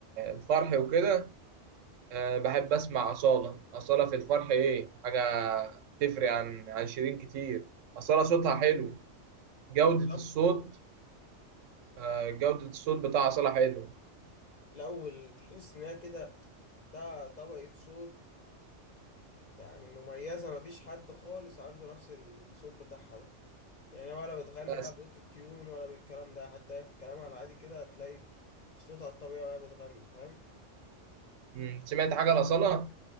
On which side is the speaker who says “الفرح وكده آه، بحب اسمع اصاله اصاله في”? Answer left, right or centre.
Right